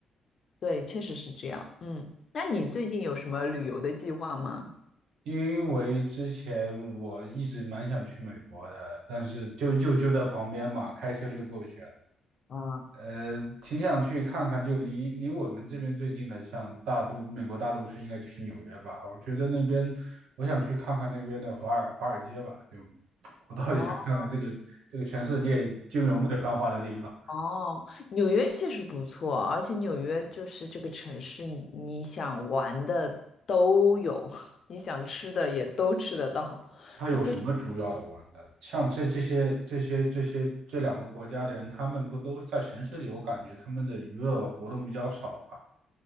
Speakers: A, on the left; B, on the right.
A: 对，确实是这样。嗯，那你最近有什么旅游的计划吗？
B: 因为之前我一直蛮想去美国的，但是就就就在旁边嘛，开车就过去了。
A: 啊，
B: 呃，挺想去看看，就离离我们这边最近的，像大都美国大都市，应该就是纽约吧。我觉得那边，我想去看看那边的华尔华尔街吧。就 <tsk> 我到底想看看这个这个全世界金融最繁华的地方。
A: 哦。哦，纽约确实不错，而且纽约就是这个城市，你想玩的都有，<laughs> 你想吃的也都吃得到，
B: 他有什么主要的玩的？
A: 就非常。
B: 像这这些这些这些这两个国家的人，他们不都在城市里？我感觉他们的娱乐活动比较少吧。